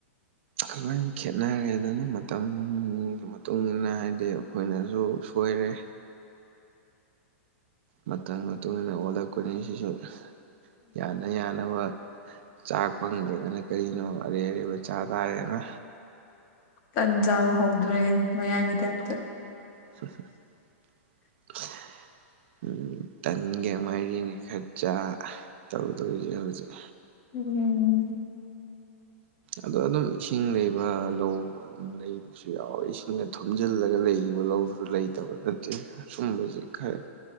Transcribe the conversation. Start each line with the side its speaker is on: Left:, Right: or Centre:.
Right: ꯑꯁꯨꯃꯥꯏꯅ ꯈꯦꯠꯅꯔꯦ ꯑꯗꯨꯅ ꯃꯇꯝꯒꯤ ꯃꯇꯨꯡ ꯏꯟꯅ ꯍꯥꯏꯗꯤ ꯑꯩꯈꯣꯏꯅꯁꯨ ꯁꯣꯏꯔꯦ ꯃꯇꯝ ꯃꯇꯨꯡ ꯏꯟꯅ ꯑꯣꯜꯂꯛꯄꯅꯤ ꯁꯤꯁꯨ ꯌꯥꯅ ꯌꯥꯅꯕ ꯆꯥꯛ ꯐꯪꯗ꯭ꯔꯒꯅ ꯀꯔꯤꯅꯣ ꯑꯔꯩ ꯑꯔꯩꯕ ꯆꯥ ꯇꯥꯔꯦꯅ
Left: ꯇꯟꯆꯥꯕ ꯍꯧꯗ꯭ꯔꯣꯔꯦꯅꯦ ꯃꯌꯥꯡꯒꯤ ꯇꯥꯏꯞꯇ
Right: <inaudible> ꯎꯝ ꯇꯟꯒ ꯃꯥꯏꯔꯦꯟꯒ ꯈꯔꯆꯥꯥ ꯇꯧꯗꯧꯔꯤꯖꯦ ꯍꯧꯖꯤꯛ
Left: <unintelligible>
Right: ꯑꯗ ꯑꯗꯨꯝ ꯏꯁꯤꯡ ꯂꯩꯕ ꯑꯗꯨꯒ ꯂꯧ ꯑꯗꯨꯝ ꯂꯩꯕꯁꯨ ꯌꯥꯎꯋꯤ ꯏꯁꯤꯡꯅ ꯊꯨꯝꯖꯤꯜꯂꯒ ꯂꯩꯈꯤꯕ ꯂꯧꯁꯨ ꯂꯩꯇ ꯇꯕ ꯅꯠꯇꯦ ꯁꯨꯝꯕꯖꯦ ꯈꯔ